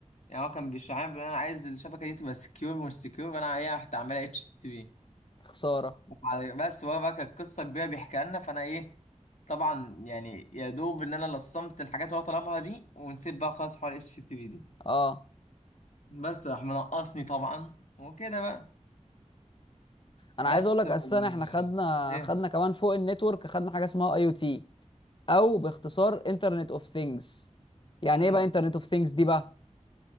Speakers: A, on the left (about 70°); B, on the left (about 40°).
A: يعني هو كان بيشرح لي بيقول انا عايز الشبكه دي تبقى سكيور مش سكيور فانا ايه رحت اعملها اتش تي بي
B: خسارة
A: وبعد- بس هو بقى كانت قصه كبيره بيحكيها لنا فانا ايه طبعا يعني يا دوب ان انا لصمت الحاجات اللي هو طلبها دي ونسيت بقى خلاص حوار اتش تي في دي
B: اه
A: بس راح منقصني طبعا وكده بقى
B: انا عايز
A: بس
B: اقول لك
A: و...
B: اساسا احنا خدنا
A: ايه
B: خدنا كمان فوق النتورك خدنا حاجه اسمها اي او تي او باختصار انترنت اوف ثينجز يعني
A: امم
B: ايه بقى انترنت اوف ثينجز دي بقى